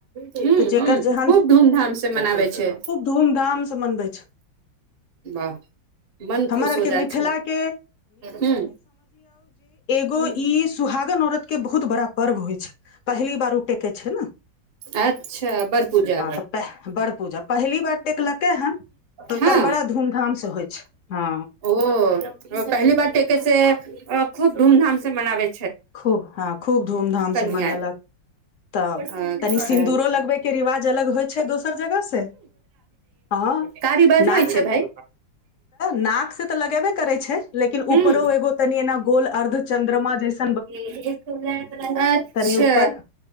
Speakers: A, on the right; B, on the left.
A: हूँ
B: तऽ जकर
A: हूँ
B: जे
A: खूब धूम धाम से मनाबै छै
B: धूमधाम से मनबै छै
A: वाह मन
B: हमर
A: खुश
B: आरके
A: हो
B: मिथिलाके
A: जाइ छै हूँ
B: गो
A: हूँ
B: ई सुहागन औरत के बहुत बड़ा पर्व होइ छै पहली बार ओ टके छै न
A: अच्छा बर पूजा
B: तऽ बड़ पूजा पहिली बार टेकलकै हन तऽ
A: हँ
B: ओकर बड़ा धूमधाम से होइ छै हँ
A: ओ पहली बार टेके से खूब धूमधाम से मनावै
B: खूब हँ खूब धूम धामसँ
A: कनिया
B: मनेलक तऽ
A: हूँ
B: तनि सिंदूरो लगबै के रिवाज अलग होइ छै दोसर जगह से हाँ
A: कारी बाज
B: नाक
A: होइ छै
B: से
A: भाय
B: नाक से त लगेबै करै छै लेकिन
A: हूँ
B: उपरो अर्ध्य चन्द्रमा जैसे
A: अच्छा
B: तनि ऊपर